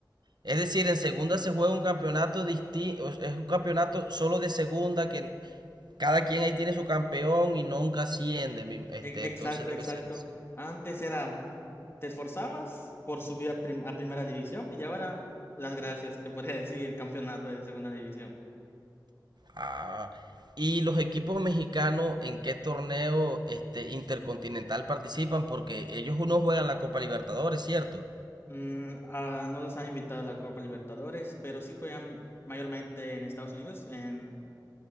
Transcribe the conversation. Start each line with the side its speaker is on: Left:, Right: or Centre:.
Right: es decir, en segunda se juega un campeonato distinto, es un campeonato solo de segunda que cada quien ahí tiene su campeón y nunca asciende, mi- este,
Left: e-
Right: entonces
Left: exacto,
Right: debe
Left: exacto.
Right: ser así.
Left: Antes era, te esforzabas por subir a, prim- a primera división y ahora las gracias, te podría decir, el campeonato de segunda división.
Right: Ah, y los equipos mexicanos, ¿en qué torneo este intercontinental participan? Porque ellos uno juegan la Copa Libertadores, ¿cierto?
Left: Mm, ah, no los han invitado a la Copa Libertadores, pero sí juegan mayormente en Estados Unidos, en,